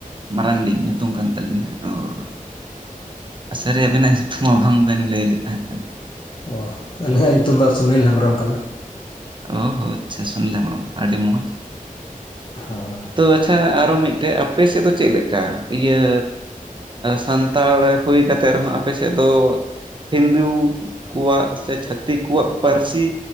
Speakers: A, on the right; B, on the left.
A: ᱢᱟᱨᱟᱱᱰᱤ ᱧᱩᱛᱩᱢ ᱠᱟᱱ ᱛᱟᱹᱟᱞᱤᱧᱟ ᱚᱨ ᱟ ᱥᱟᱹᱨᱤ ᱟᱵᱮᱱᱟᱜ ᱧᱩᱛᱩᱢ ᱢᱟ ᱵᱟᱝᱵᱮᱱ ᱞᱟᱹᱭ ᱞᱮᱫ ᱛᱟᱦᱮᱸ ᱠᱟᱱᱟ
B: ᱚ ᱟᱹᱞᱤᱧᱟᱜ ᱧᱩᱛᱩᱢ ᱫᱚ ᱥᱩᱱᱤᱞ ᱦᱮᱢᱵᱨᱚᱢ ᱠᱟᱱᱟ
A: ᱚᱦᱚ ᱟᱪᱪᱷᱟ ᱥᱩᱱᱤᱞ ᱦᱮᱢᱵᱨᱚᱢ ᱟᱹᱰᱤ ᱢᱚᱡᱽ
B: ᱦᱮᱸ
A: ᱛᱚ ᱟᱪᱪᱷᱟ ᱟᱨᱚ ᱢᱤᱫᱴᱮᱡ ᱟᱯᱮ ᱥᱮᱫ ᱫᱚ ᱪᱮᱫ ᱞᱮᱠᱟ ᱤᱭᱟᱹ ᱥᱟᱱᱛᱟᱲ ᱦᱩᱭ ᱠᱟᱛᱮ ᱨᱮᱦᱚᱸ ᱟᱯᱮ ᱥᱮᱫ ᱫᱚ ᱾ ᱦᱤᱱᱫᱩ ᱠᱚᱣᱟᱜ ᱥᱮ ᱪᱷᱟᱹᱛᱤᱠ ᱠᱚᱣᱟᱜ ᱯᱟᱹᱨᱥᱤ